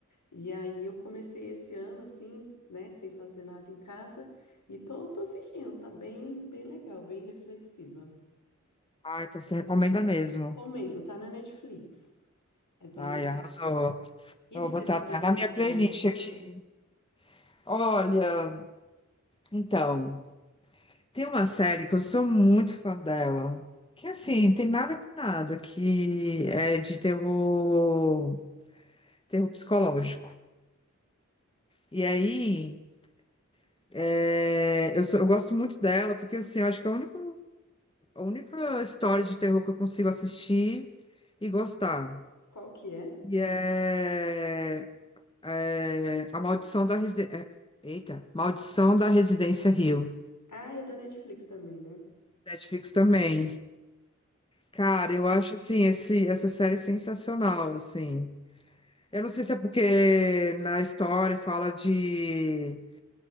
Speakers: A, on the left; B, on the left.
A: E aí eu comecei esse ano assim, né, sem fazer nada em casa, e tô, tô assistindo, tá bem, bem legal, bem reflexiva.
B: Ah, então você recomenda mesmo.
A: Comendo, tá na Netflix. É bem
B: Ai,
A: legal.
B: arrasou.
A: E
B: Eu
A: você
B: vou botar
A: tá assistindo
B: até na minha
A: alguma
B: playlist
A: coisa?
B: aqui. Olha, então, tem uma série que eu sou muito fã dela. Que assim, tem nada com nada, que é de terror, terror psicológico. E aí, é, eu, sou- eu gosto muito dela, porque assim, eu acho que é a única, a única história de terror que eu consigo assistir e gostar.
A: Qual que é?
B: E é É, a Maldição da Residência. Eita, Maldição da Residência Rio.
A: Ah, é da Netflix também, né?
B: Netflix também. Cara, eu acho assim, esse, essa série sensacional, assim. Eu não sei se é porque na história fala de,